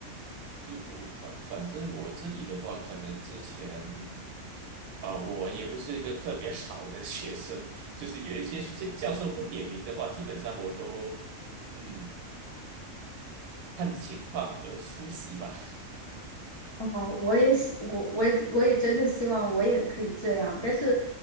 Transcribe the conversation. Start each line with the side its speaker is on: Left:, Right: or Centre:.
Right: 就我反反正我这里的话，可能之前。啊、我也不是一个特别 <laughs> 好的学生，就是有一些是教授不点名的话，基本上我都嗯看情况而出席吧，
Left: 哦，我也希我我也我也真的希望我也可以这样，但是